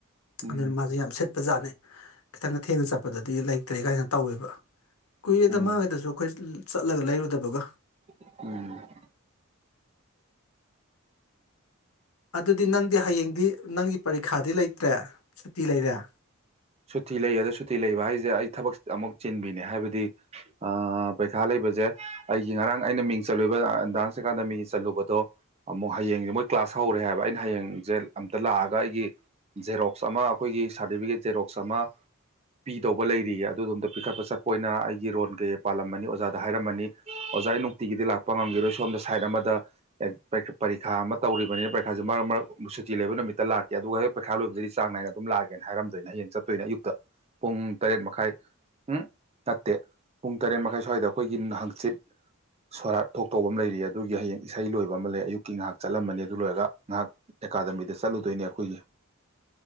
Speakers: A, on the right; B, on the left.
A: ꯎꯝ
B: ꯑꯗꯨꯅ ꯃꯥꯖ‌ꯦ ꯌꯥꯝ ꯁꯤꯠ ꯕꯖꯥꯠꯅꯦ ꯈꯤꯇꯪꯒ ꯊꯦꯡꯅ ꯆꯠꯄꯗꯗꯤ ꯂꯩꯇ꯭ꯔꯦ ꯀꯥꯏꯅ ꯇꯧꯋꯦꯕ ꯀꯨꯏꯔꯦꯗ
A: ꯎꯝ
B: ꯃꯥꯥꯒꯤꯗꯁꯨ ꯑꯩꯈꯣꯏ ꯆꯠꯂꯒ ꯂꯩꯔꯨꯗꯕꯒ
A: <unintelligible>
B: ꯑꯗꯨꯗꯤ ꯅꯪꯗꯤ ꯍꯌꯦꯡꯗꯤ ꯅꯪꯒꯤ ꯄꯔꯤꯈꯥꯗꯤ ꯂꯩꯇ꯭ꯔꯦ ꯁꯨꯇꯤ ꯂꯩꯔꯦ
A: ꯁꯨꯇꯤ ꯂꯩ ꯑꯗꯣ ꯁꯨꯇꯤ ꯂꯩꯕ ꯍꯥꯏꯁꯦ ꯑꯩ ꯊꯕꯛ ꯑꯃꯨꯛ ꯆꯤꯟꯕꯤꯅꯦ ꯍꯥꯏꯕꯗꯤ ꯑꯥ ꯄꯩꯈꯥ ꯂꯩꯕꯖ‌ꯦ ꯑꯩꯒꯤ ꯉꯔꯥꯡ ꯑꯩꯅ ꯃꯤꯡ ꯆꯜꯂꯨꯏꯕ ꯗꯥꯟꯁ ꯑꯦꯀꯥꯗꯃꯤꯒꯤ ꯆꯜꯂꯨꯕꯗꯣ ꯑꯃꯨꯛ ꯍꯌꯦꯡ ꯃꯣꯏ ꯀ꯭ꯂꯥꯁ ꯍꯧꯔꯦ ꯍꯥꯏꯕ ꯑꯩꯅ ꯍꯌꯦꯡꯖ‌ꯦ ꯑꯝꯇ ꯂꯥꯛꯑꯒ ꯑꯩꯒꯤ ꯖꯦꯔꯣꯛꯁ ꯑꯃ ꯑꯩꯈꯣꯏꯒꯤ ꯁꯥꯔꯇꯤꯐꯤꯀꯦꯠ ꯖꯦꯔꯣꯛꯁ ꯑꯃ ꯄꯤꯗꯧꯕ ꯂꯩꯔꯤꯌꯦ ꯑꯗꯨꯗꯣꯝꯇ ꯄꯤꯈꯠꯄ ꯆꯠꯄ ꯑꯣꯏꯅ ꯑꯩꯒꯤ ꯔꯣꯟ ꯀꯩ ꯄꯥꯜꯂꯝꯃꯅꯤ ꯑꯣꯖꯥꯗ ꯍꯥꯏꯔꯝꯃꯅꯤ ꯑꯣꯖꯥ ꯑꯩ ꯅꯨꯡꯇꯤꯒꯤꯗꯤ ꯂꯥꯛꯄ ꯉꯝꯈꯤꯔꯣꯏ ꯁꯣꯝꯗ ꯁꯥꯏꯠ ꯑꯃꯗ ꯄ ꯩ ꯄ ꯄꯔꯤꯈꯥ ꯑꯃ ꯇꯧꯔꯤꯕꯅꯤꯅ ꯄꯩꯈꯥꯁꯤ ꯃꯔꯛ ꯃꯔꯛ ꯁꯨꯇꯤ ꯂꯩꯕ ꯅꯨꯃꯤꯠꯇ ꯂꯥꯛꯀꯦ ꯑꯗꯨꯒ ꯍ‌ꯦꯛ ꯄꯩꯈꯥ ꯂꯣꯏꯕꯗꯩꯗꯤ ꯆꯥꯡ ꯅꯥꯏꯅ ꯑꯗꯨꯝ ꯂꯥꯛꯑꯒꯦꯅ ꯍꯥꯏꯔꯝꯗꯣꯏꯅꯦ ꯍꯌꯦꯡ ꯆꯠꯇꯣꯏꯅ‌ꯦ ꯑꯌꯨꯛꯇ ꯄꯨꯡ ꯇꯔꯦꯠ ꯃꯈꯥꯏ ꯎꯝ ꯅꯠꯇꯦ ꯄꯨꯡ ꯇꯔꯦꯠ ꯃꯈꯥꯏ ꯁ꯭ꯋꯥꯏꯗ ꯑꯩꯈꯣꯏꯒꯤ ꯍꯪꯆꯤꯠ ꯁꯣꯔꯥꯠ ꯊꯣꯛꯇꯧꯕ ꯑꯃ ꯂꯩꯔꯤ ꯑꯗꯨꯒꯤ ꯍꯌꯦꯡ ꯏꯁꯩ ꯂꯣꯏꯕ ꯑꯃ ꯂꯩ ꯑꯌꯨꯛꯀꯤ ꯉꯥꯍꯥꯛ ꯆꯠꯂꯝꯃꯅꯤ ꯑꯗꯨ ꯂꯣꯏꯔꯒ ꯉꯥꯍꯥꯛ꯫ ꯑꯦꯀꯥꯗꯃꯤꯗ ꯆꯠꯂꯨꯗꯣꯏꯅꯦ ꯑꯩꯈꯣꯏꯒꯤ꯫